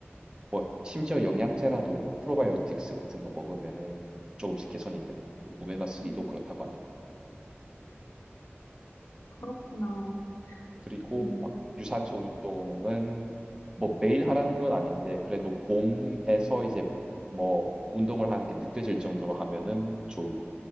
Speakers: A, on the right (about 20°); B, on the left (about 75°).
A: 뭐 심지어 영양제라도 뭐 프로바이오틱스 같은 거 먹으면은 조금씩 개선이 되고 오메가3도
B: 음,
A: 그렇다고 하더라고.
B: 그렇구나.
A: 그리고
B: 음,
A: 막 유산소 운동은 뭐 매일 하라는 건 아닌데 그래도 몸에서 이제 뭐 운동을 하는 게 느껴질 정도로 하면은 좋